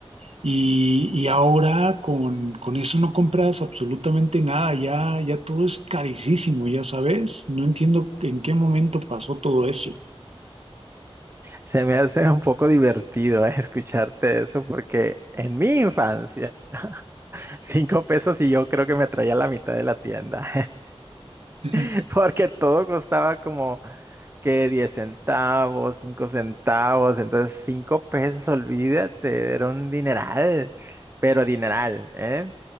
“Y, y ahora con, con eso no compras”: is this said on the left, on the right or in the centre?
Right